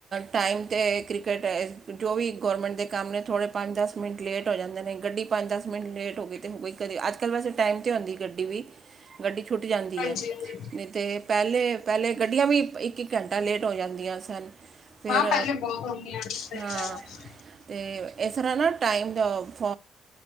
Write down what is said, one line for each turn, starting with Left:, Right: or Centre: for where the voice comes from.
Right: ਟਾਈਮ 'ਤੇ ਕ੍ਰਿਕਟ ਐ, ਜੋ ਵੀ ਗੌਰਮੈਂਟ ਦੇ ਕੰਮ ਨੇ ਥੋੜੇ ਪੰਜ-ਦਸ ਮਿੰਟ ਲੇਟ ਹੋ ਜਾਂਦੇ ਨੇ। ਗੱਡੀ ਪੰਜ-ਦਸ ਮਿੰਟ ਲੇਟ ਹੋ ਗਈ ਤੇ ਹੋ ਗਈ ਕਦੇ। ਅੱਜ-ਕੱਲ੍ਹ ਵੈਸੇ ਟਾਈਮ ਤੇ ਆਉਂਦੀ ਗੱਡੀ ਵੀ, ਗੱਡੀ ਛੁੱਟ ਜਾਂਦੀ
Left: ਹਾਂਜੀ
Right: ਐ
Left: ਹਾਂਜੀ
Right: ਨਈ ਤੇ ਪਹਿਲੇ-ਪਹਿਲੇ ਗੱਡ ਗੱਡੀਆਂ ਵੀ ਇੱਕ-ਇੱਕ ਘੰਟਾ ਲੇਟ ਹੋ ਜਾਂਦੀਆਂ ਸਨ। ਫਿਰ
Left: ਹਾਂ ਪਹਿਲੇ ਬਹੁਤ ਹੁੰਦੀਆਂ ਸਹੀ
Right: ਹਾਂ,
Left: ਗੱਲ
Right: ਤੇ ਰ੍ਹਾਂ ਨਾ ਟਾਈਮ ਦਾ ਫ